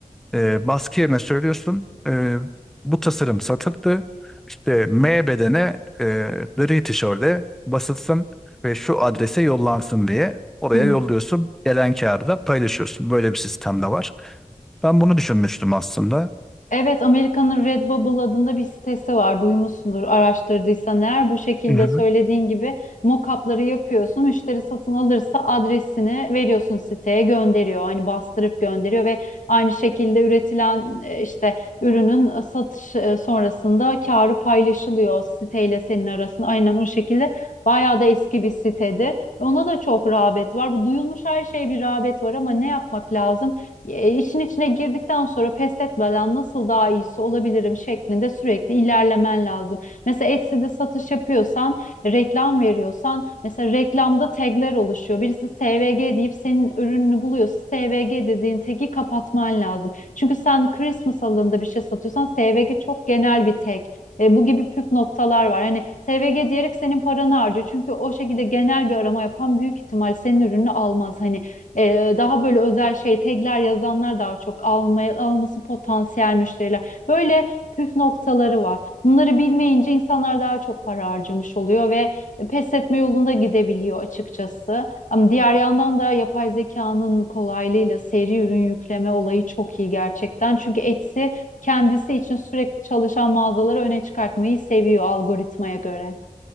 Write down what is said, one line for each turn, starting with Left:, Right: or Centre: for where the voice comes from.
Centre: E, baskı yerine söylüyorsun. e, bu tasarım satıldı. İşte M bedene e, gri tişörde basılsın ve şu adrese yollansın diye oraya
Left: Hı hı.
Centre: yolluyorsun. Gelen kağıdı da paylaşıyorsun. Böyle bir sistem de var. Ben bunu düşünmüştüm aslında.
Left: Evet, Amerika'nın Redbubble adında bir sitesi var. Duymuşsundur araştırdıysan eğer. Bu şekilde
Centre: Hı hı.
Left: söylediğin gibi mock-up'ları yapıyorsun. Müşteri satın alırsa adresini veriyorsun siteye gönderiyor. Hani bastırıp gönderiyor ve aynı şekilde üretilen e, işte ürünün e, satış e, sonrasında karı paylaşılıyor siteyle senin arasında. Aynen o şekilde. Bayağı da eski bir sitedir. Ona da çok rağbet var. Bu duyulmuş her şeye bir rağbet var ama ne yapmak lazım? e, işin içine girdikten sonra pes etmeden nasıl daha iyisi olabilirim şeklinde sürekli ilerlemen lazım. Mesela Etsy'de satış yapıyorsan, reklam veriyorsan, mesela reklamda tagler oluşuyor. Birisi SVG deyip senin ürününü buluyorsa SVG dediğin tagi kapatman lazım. Çünkü sen Christmas alanında bir şey satıyorsan SVG çok genel bir tag. E, bu gibi püf noktalar var. Hani SVG diyerek senin paranı harcıyor. Çünkü o şekilde genel bir arama yapan büyük ihtimal senin ürünü almaz. Hani ee, daha böyle özel şey tagler yazanlar daha çok almaya, alması potansiyel müşteriler. Böyle püf noktaları var. Bunları bilmeyince insanlar daha çok para harcamış oluyor ve pes etme yolunda gidebiliyor açıkçası. Ama diğer yandan da yapay zekanın kolaylığıyla seri ürün yükleme olayı çok iyi gerçekten. Çünkü Etsy kendisi için sürekli çalışan mağazaları öne çıkartmayı seviyor algoritmaya göre.